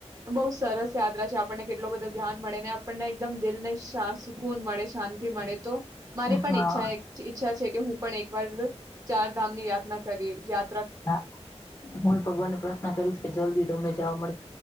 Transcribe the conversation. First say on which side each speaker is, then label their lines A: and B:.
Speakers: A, on the right; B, on the left.
A: બહુ સરસ યાત્રા છે આપણને કેટલો બધો જ્ઞાન મળે ને આપણને એકદમ દિલ ને સુકૂન મળે શાંતિ મળે તો. મારી
B: હા
A: પણ
B: હા
A: ઈચ્છા ઈચ્છા છે. હું પણ એક ર ચાર ધામ ની યાત્રના કરીયા
B: હા હું ભગવાન ને પ્રાર્થના કરીશ કે જલ્દી તમને જવા મળે.